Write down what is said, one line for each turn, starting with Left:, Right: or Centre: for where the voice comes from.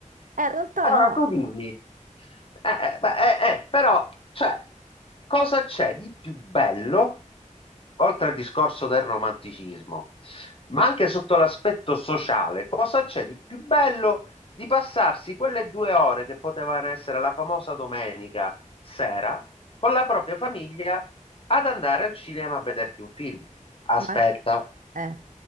Right: Eh, in realtà
Left: Ora
Right: no,
Left: tu dimmi, Eh, eh, beh, eh, eh, però, cioè, cosa c'è di più bello, oltre al discorso del romanticismo, ma anche sotto l'aspetto sociale, cosa c'è di più bello di passarsi quelle due ore che potevano essere la famosa domenica sera con la propria famiglia ad andare al cinema a vederti un film? Aspetta,
Right: ma... Eh,